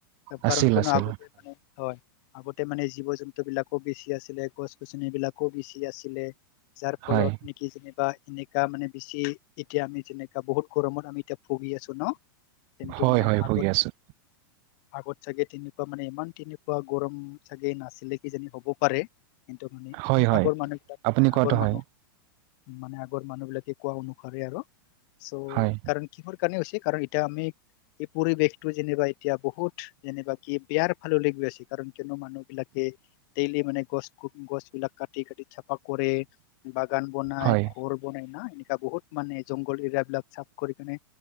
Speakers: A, on the right; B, on the left.
A: আছিল
B: কাৰণ কিয়নো
A: আছিল
B: আগতে মানে হয় আগতে মানে জীৱ-জন্তুবিলাকো বেছি আছিলে, গছ-গছনিবলাকো বেছি আছিলে। যাৰ ফলত
A: হয়
B: কি যেনিবা এনেকা মানে, বেছি এতিয়া আমি যেনেকা বহুত গৰমত আমি এতিয়া ভুগি আছো ন? কিন্তু,
A: হয়
B: মানে
A: হয় ভুগি
B: আগত
A: আছোঁ
B: আগত চাগে তেনেকুৱা মানে, ইমান তেনেকুৱা গৰম চাগে নাছিলে কিজানি হ'ব পাৰে। কিন্তু, মানে
A: হয় হয়
B: আগৰ মানুহবিলাক
A: আপুনি কোৱাটো
B: আগৰ মানুহ
A: হয়
B: মানে আগৰ মানুহ বিলাকে কোৱা অনুসাৰে আৰু চ' সেইকাৰণে
A: হয়
B: কিহৰ কাৰণে হৈছে? কাৰণ এতিয়া আমি, এই পৰিৱেশ টো যেনিবা এতিয়া বহুত যেনিবা, কি বেয়াৰ ফাললৈ গৈ আছে কাৰণ কিয়নো মানুহবিলাকে ডেইলি মানে, গছ- গ -গছ বিলাক কাটি, কাটি চাফা কৰে। বাগান বনাই,
A: হয়
B: ঘৰ বনাই না, এনেকা বহুত মানে জংঘগল এৰিয়াবিলাক চাফ কৰি কেনে,